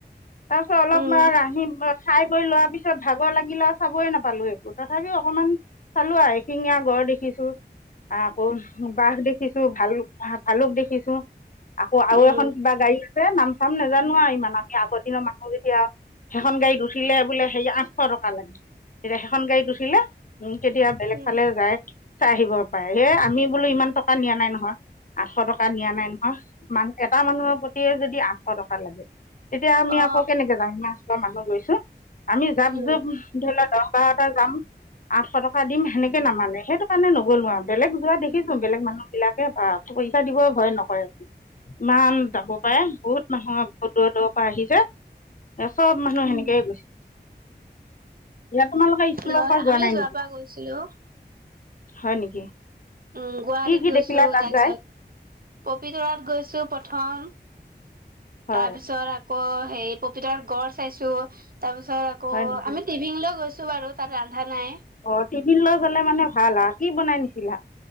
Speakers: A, on the left (about 50°); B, on the right (about 55°).
A: তাপিছত অলপমান
B: উম
A: আহি খাই বৈ লোৱাৰ পিছত ভাগৰ লাগিল আ চাবই নাপালো একো। তথাপিও অকনমান চালো আৰু, এশিঙীয়া গড় দেখিছো। আকৌ বাঘ দেখিছো, ভাল ভালুক দেখিছো। আকৌ আৰু
B: উম
A: এখন কিবা গাড়ী এ নাম চাম নাজানো আৰু ইমান। আমি আগৰ দিনৰ মানুহ যেটিয়া আৰু। সেইখন গাড়ী উঠিলে বোলে সেই আঠশ টকা লাগে। এতিয়া সেইখন গাড়ীত উঠিলে কেতিয়া বেলেগ
B: উম
A: ফালে যায়। চাই আহিব পাৰে। হে আমি বোলো ইমান টকা নিয়া নাই নহয়। আঠশ টকা নিয়া নাই নহয়। মান- এটা মানুহৰ প্ৰতিয়ে যদি আঠশ টকা লাগে, তেতিয়া আমি
B: অ
A: আকৌ কেনেকে যাম মানুহ গৈছোঁ। আমি জাপ-জোপ
B: উম
A: ঢোলত দহ- বাৰটা যাম, আঠশ টকা দিম, সেনেকে নামানে। সেইটো কাৰণে নগলোঁ আৰু। বেলেগ যোৱা দেখিছোঁ। বেলেগ মানুহবিলাকে বা, পইচা দিব ভয় নকৰে। ইমান যাব পাৰে। বহুত মানুহৰ বহুত দূৰৰ - দূৰৰ পৰা আহিছে। এ চব মানুহ
B: উম
A: সেনেকাই গৈছে। ইয়াত তোমালোকে ইস্কুলৰ
B: লয়
A: পৰা
B: আমি
A: যোৱা নাই
B: যোৱাৰ
A: নেকি?
B: পৰা গৈছিলো
A: হয় নেকি?
B: উম, গুৱাহাটীত
A: কি কি
B: গৈছোঁ।
A: দেখিলা তাত
B: তাৰ
A: যায়
B: পিছত পবিতৰাত গৈছোঁ প থম।
A: হয়
B: তাৰ পিছত ক হেৰি পপিতৰাত গড় চাইছোঁ। তাৰ পিছত আকৌ,
A: হয় নেকি
B: আমি টিভিং লৈ গৈছ ছোঁ বাৰু তাত ধা নাই।
A: অঁ টিফিন লৈ গ'লে মানে ভাল আৰু। কি বনাই নিছিলা?